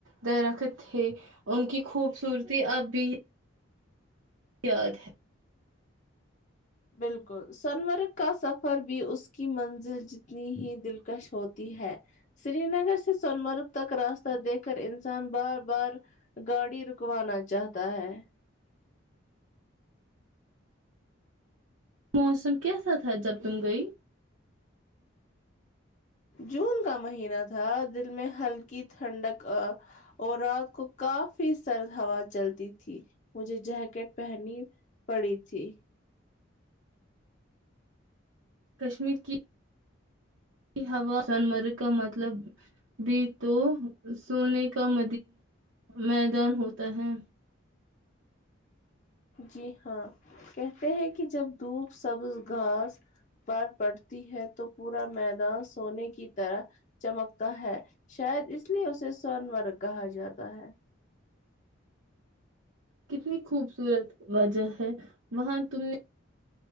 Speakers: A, on the right; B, on the left.
A: درخت تھے ان کی خوبصورتی اب بھی یاد ہے
B: بالکل سون مرگ کا سفر بھی اس کی منزل جتنی ہی دلکش ہوتی ہے سری نگر سے سون مرگ تک راستہ دیکھ کر انسان بار بار گاڑی رکوانا چاہتا ہے
A: موسم کی سات تھا جب تم گے
B: جون کا مہینہ تھا دل میں ہلکی ٹھنڈک اور رات کو کافی سرد ہوا چلتی تھی مجھے جیکٹ پہنی پڑی تھی
A: کشمیر کی یہی ہوا جان مرگ کا مطلب بھی تو سونے کا م میدان ہوتا ہے
B: جی ہاں کہتے ہیں کہ جب دھوپ سبز گھاس پر پڑتی ہے تو پورا میدان سونے کی طرح چمکتا ہے شاید اس لیے اسے سن مرگ کہا جاتا ہے
A: کتنی خوبصورت وجہ ہے وہاں تم نے